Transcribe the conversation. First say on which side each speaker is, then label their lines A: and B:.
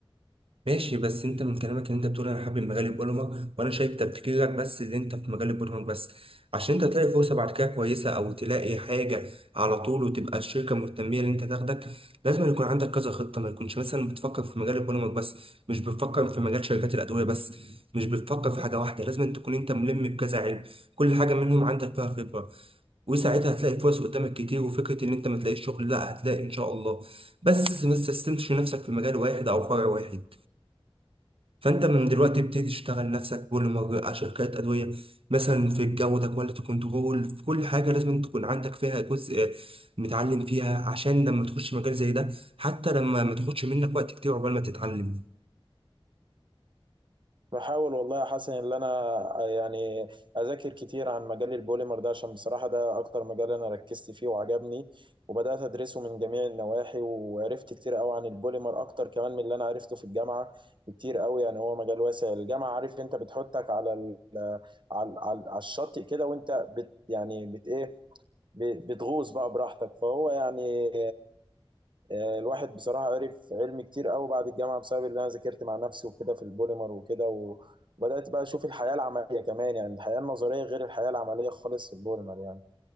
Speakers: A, on the right (about 75°); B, on the right (about 55°).
A: ماشي بس انت من كلامك ان انت بتقول انا حابب مجال البرمج وانا شايف تفكيرك بس اللي انت في مجال البرمج بس عشان انت تلاقي فرصه بعد كده كويسه او تلاقي حاجه على طول وتبقى الشركه مهتميه ان انت تاخدك لازم يكون عندك كذا خطه ما يكونش مثلا بتفكر في مجال البرمج بس مش بتفكر في مجال شركات الادويه بس مش بتفكر في حاجه واحده لازم تكون انت ملم بكذا علم كل حاجه منهم عندك فيها خبره وساعتها هتلاقي فرص قدامك كتير وفكرة إن أنت ما تلاقيش شغل لا هتلاقي إن شاء الله بس ما تستسلمش نفسك في مجال واحد أو فرع واحد فانت من دلوقتي بتبتدي تشتغل نفسك بوليمر على شركات ادويه مثلا في الجوده كواليتي كنترول في كل حاجه لازم تكون عندك فيها جزء متعلم فيها عشان لما تخش مجال زي ده حتى لما ما تاخدش منك وقت كتير عقبال ما تتعلم
B: بحاول والله يا حسن ان انا يعني اذاكر كتير عن مجال البوليمر ده عشان بصراحه ده اكتر مجال انا ركزت فيه وعجبني وبدات ادرسه من جميع النواحي وعرفت كتير قوي عن البوليمر اكتر كمان من اللي انا عرفته في الجامعه بكتير قوي يعني هو مجال واسع الجامعه عارف انت بتحطك على ال على على على الشاطئ كده وانت بت يعني بت ايه ب- بتغوص بقى براحتك فهو يعني آه، الواحد بصراحة عرف علم كتير قوي بعد الجامعة بسبب اللي أنا ذاكرت مع نفسي وكده في البوليمر وكده و- وبدأت بقى أشوف الحياة العملية كمان يعني الحياة النظرية غير الحياة العملية خالص في البوليمر يعني